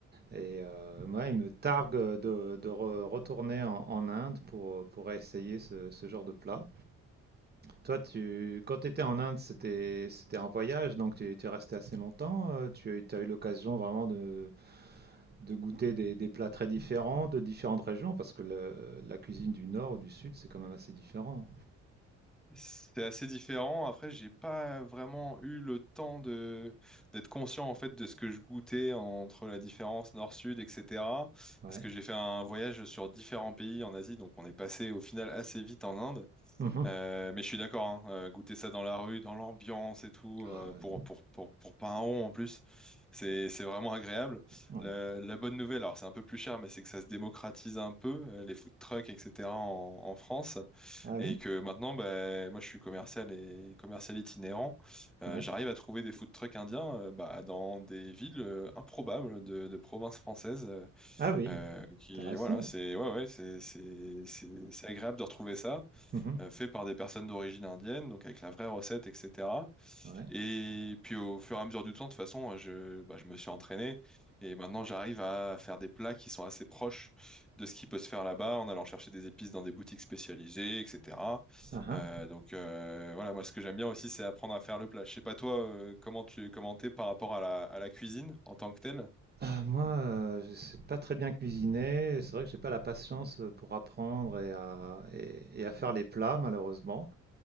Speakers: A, on the right; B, in the centre.
A: et euh, moi, il me targue de, de re- retourner en, en Essayer pour, essayer ce, ce genre de plat. Toi, tu, quand tu étais en Inde, c'était c'était un voyage, donc tu, tu es resté assez longtemps. euh, Tu as eu l'occasion vraiment de, de goûter des, des plats très différents de différentes régions, parce que le- la cuisine du nord ou du sud, c'est quand même assez différent.
B: C'est assez différent. Après, j'ai pas vraiment eu le temps de d'être conscient en fait de ce que je goûtais entre la différence nord-sud, etc.
A: hein.
B: Parce
A: Ouais.
B: que j'ai fait un voyage sur différents pays en Asie, donc on est passé au final assez vite en Inde.
A: Mhm.
B: Euh, mais je suis d'accord, hein, euh, goûter ça dans la rue, dans l'ambiance et tout,
A: Ah,
B: euh,
A: ouais.
B: pour, pour, pour, pour pas un rond en plus, c'est, c'est vraiment agréable.
A: ouais.
B: La, la bonne nouvelle, alors c'est un peu plus cher, mais c'est que ça se démocratise un peu, euh, les food trucks, etc. en, en France,
A: Ah oui?
B: et que maintenant, bah, moi je suis commercial et commercial itinérant, euh,
A: Ouais.
B: j'arrive à trouver des food trucks indiens euh, bah, dans des villes euh, improbables de, de provinces françaises, euh,
A: Ah oui,
B: euh, qui,
A: intéressant.
B: voilà, c'est ouais, ouais, c'est c'est- c'est- c'est agréable de retrouver ça
A: Mhm.
B: euh, fait par des personnes d'origine indienne, donc avec la vraie recette, etc.
A: Ouais.
B: Et puis au fur et à mesure du temps, de toute façon, euh, je, bah, je me suis entraîné et maintenant j'arrive à faire des plats qui sont assez proches de ce qui peut se faire là-bas en allant chercher des épices dans des boutiques spécialisées, etc.
A: Ah, ah.
B: Euh, donc euh, voilà, moi ce que j'aime bien aussi, c'est apprendre à faire le plat. Je sais pas toi, euh, comment tu comment t'es par rapport à la, à la cuisine en tant que telle.
A: Ah, moi, euh, je sais pas très bien cuisiner. C'est vrai que j'ai pas la patience euh, pour apprendre et à, et- et à faire les plats, malheureusement.